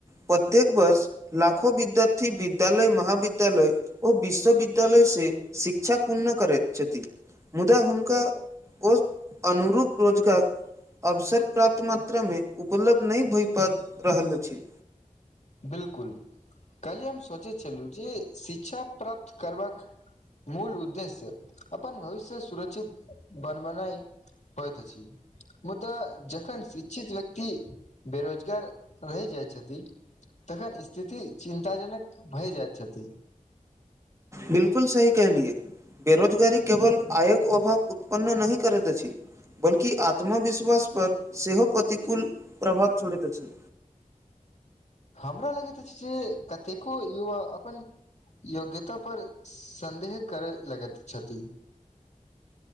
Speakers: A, on the right; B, on the left.
A: प्रत्येक वर्ष लाखो विद्यार्थी वि विद्यालय महाविद्यालय ओ विश्वविद्यालय से शिक्षा पूर्ण करैत छथि मुदा हुनका ओ अनुरूप रोजगार अवसर प्राप्त मात्रामे उपलब्ध नय भय पा रहल अछि
B: बिलकुल काल्हि हम सोचैत छलहुँ जे शिक्षा प्राप्त करबाक मूल उद्देश्य अपन भविष्य सुरक्षित बन बनाय होय तऽ छी मुदाऽ जखन शिक्षित व्यक्ति बेरोजगार रहि जाइ छथिन तखन स्थिति चिन्ताजनक भए जाइत छथि
A: बिलकुल सही कलियऐ बेरोजगी केवल आयक अभाव उत्पन्न नहि करैत अछि बल्कि आत्मविश्वास पर सेहो प्रतिकूल प्रभाव छोड़ैत अछि
B: <inaudible> हमरा लगैत अछि जे कतेको युवा अपन योग्यता पर सन्देह करय लगैत छथि